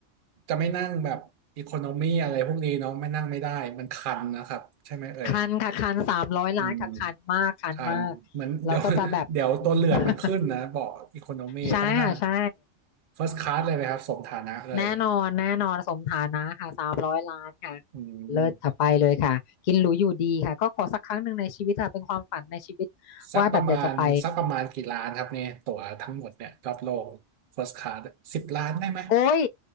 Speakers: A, on the right; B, on the left.
A: จะไม่นั่งแบบอีโคโนมีอะไรพวกนี้เนาะไม่นั่งไม่ได้มันคันนะครับใช่ไหมเอ่ย
B: คันค่ะคันสามร้อยล้านค่ะคันมากคันมาก
A: อืมคันเหมือน <laughs>
B: เราก็จะแบบอืม
A: เดี๋ยวเดี๋ยวตัวเลือดมันขึ้นนะเบาะอีโคโนมีต้องนั่ง
B: <laughs> ใช่ค่ะใช่
A: first class เลยไหมครับสมฐานะเลย
B: แน่นอนแน่นอนสมฐานะค่ะสามร้อยล้านค่ะ
A: อืม
B: เลิศค่ะไปเลยค่ะกินหรูอยู่ดีค่ะก็ขอสักครั้งหนึ่งในชีวิตค่ะเป็นความฝันในชีวิตว่าแบบอยากจะไป
A: สักประมาณสักประมาณกี่ล้านครับเนี่ยตั๋วทั้งหมดเนี่ยรอบโลก first class สิบล้านได้ไหม
B: โอ้ย